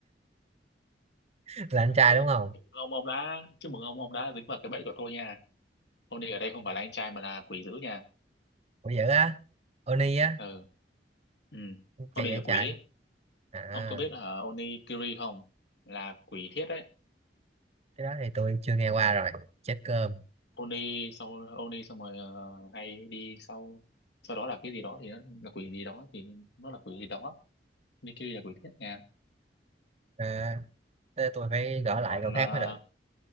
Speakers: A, on the right; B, on the left.
A: <laughs> là anh trai
B: ờ.
A: đúng không
B: chúc mừng ông ông đã chúc mừng ông ông đã dính vào cái bẫy của tôi nha ông đi ở đây không phải là anh trai mà là quỷ dữ nha
A: Ủa dữ á Oni á
B: ừ ừ ông
A: kỳ
B: là
A: vậy
B: quỷ
A: trời
B: ấy.
A: à
B: ông có biết là Oni Kiri không là quỷ thiết đấy
A: cái đó thì tôi chưa nghe qua rồi chết cơm
B: Oni sau Oni xong rồi ờ, hay đi sau sau đó là cái gì đó thì nó là quỷ gì đó thì nó là quỷ gì đó Oni Kiri là quỷ thiết nha
A: à, thế tôi phải gỡ lại
B: còn
A: câu khác
B: ờ,
A: mới được